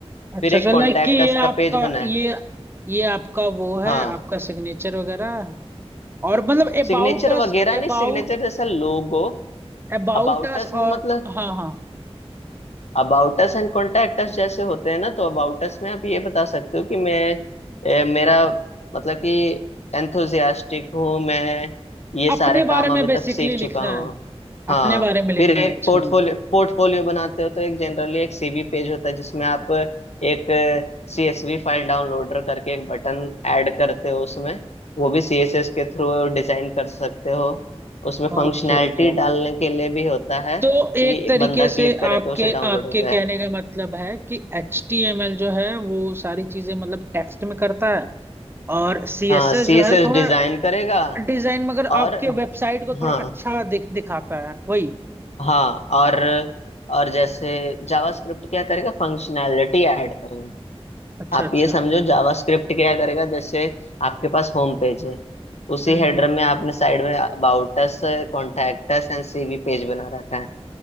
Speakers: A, on the right (about 20°); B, on the left (about 85°).
A: अच्छा
B: फिर एक
A: सर
B: कॉन्टैक्ट
A: लाइक कि ये
B: अस
A: आपका
B: का पेज बना है
A: ये ये आपका वो है
B: हाँ
A: आपका सिग्नेचर वगैरह और मतलब about
B: सिग्नेचर
A: us
B: वगैरह
A: About
B: नहीं सिग्नेचर जैसा लोगो
A: about
B: अबाउट
A: us
B: अस में
A: और
B: मतलब
A: हाँ हाँ
B: about us and contact us जैसे होते हैं ना तो अबाउट अस में आप ये बता सकते हो कि मैं ए, मेरा मतलब कि एंथुजियास्टिक हूँ मैं ये सारे
A: अपने
B: काम
A: बारे
B: अभी
A: में बेसिकली
B: तक सीख
A: लिखना
B: चुका हूँ
A: है
B: हाँ
A: अपने बारे में लिखना
B: फिर एक
A: है अच्छा
B: पोर्टफोलियो
A: हाँ
B: पोर्टफोलियो बनाते हो तो एक जनरली एक सीवी पेज होता है जिसमें आप एक सीएसवी फाइल डाउनलोडर करके एक बटन ऐड करते हो उसमें वो भी सीएसएस के थ्रू डिजाइन कर सकते हो उसमें फंक्शनैलिटी
A: Okay okay okay
B: डालने के लिए भी होता है
A: तो एक
B: ये
A: तरीके
B: बंदा क्लिक
A: से
B: करे
A: आपके
B: तो उसे डाउनलोड
A: आपके
B: हो जाए
A: कहने का मतलब है कि एच टी एम एल जो है वो सारी चीजें मतलब टेक्स्ट में करता है और सी
B: हाँ
A: एस
B: सीएसएस
A: एस जो है थोड़ा
B: डिजाइन करेगा
A: डिजाइन मगर
B: और
A: आपके वेबसाइट को थोड़ा
B: हाँ
A: अच्छा दिख दिखाता है वही
B: हाँ और और जैसे जावास्क्रिप्ट क्या करेगा फंक्शनैलिटी ऐड करेगा
A: अच्छा
B: आप
A: अच्छा
B: ये समझो जावास्क्रिप्ट क्या करेगा जैसे आपके पास होम पेज है उसी
A: हम्म
B: हेडर
A: हम्म
B: में आपने साइड में about us contact us and CV page बना रखा है